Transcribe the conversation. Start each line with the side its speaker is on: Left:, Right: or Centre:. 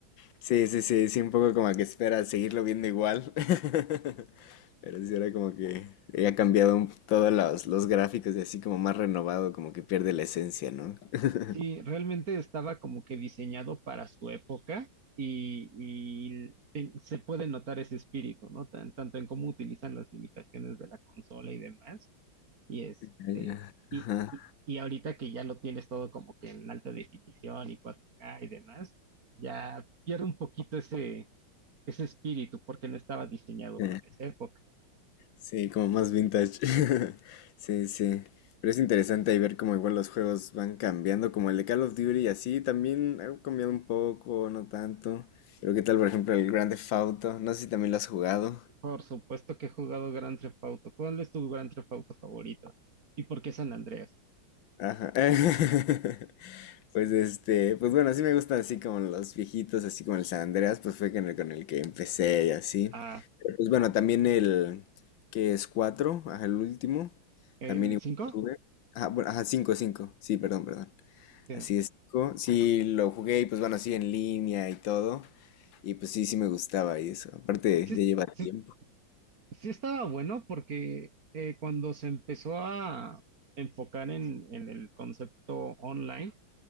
Left: Sí, sí, sí, sí, un poco como que espera seguirlo viendo igual. <laughs> Pero sí, era como que ha cambiado un- todos los, los gráficos y así como más renovado, como que pierde la esencia, ¿no? <laughs>
Right: Sí, realmente estaba como que diseñado para su época y, y te- se puede notar ese espíritu, ¿no? Tan- tanto en cómo utilizan las limitaciones de la consola y demás Y este,
Left: Ah, ya,
Right: y,
Left: ajá,
Right: y, y ahorita que ya lo tienes todo como que en alta definición y 4K y demás, ya pierde un poquito ese, ese espíritu porque no estaba diseñado
Left: eh,
Right: para esa época.
Left: Sí, como más vintage. <laughs> Sí, sí. Pero es interesante ahí ver cómo igual los juegos van cambiando, como el de Call of Duty y así también ha cambiado un poco, no tanto. Pero qué tal, por ejemplo, el Grand Theft Auto, no sé si también lo has jugado.
Right: Por supuesto que he jugado Grand Theft Auto. ¿Cuál es tu Grand Theft Auto favorito? ¿Y por qué San Andreas?
Left: Ajá. <laughs> Pues este, pues bueno, sí me gustan así como los viejitos, así como el San Andreas, pues fue con el, con el que empecé y así.
Right: Ah,
Left: Pues bueno, también el que es 4 ajá, el último,
Right: ¿el
Left: también igual
Right: cinco
Left: lo tuve. Ajá, bueno, ajá, cinco 5 sí, perdón, perdón.
Right: Eh,
Left: Así es, 5, sí lo jugué y pues bueno, así en línea y todo. Y pues sí, sí me gustaba y eso. Aparte,
Right: Sí,
Left: ya lleva tiempo.
Right: sí, sí estaba bueno porque eh, cuando se empezó a enfocar en, en el concepto online,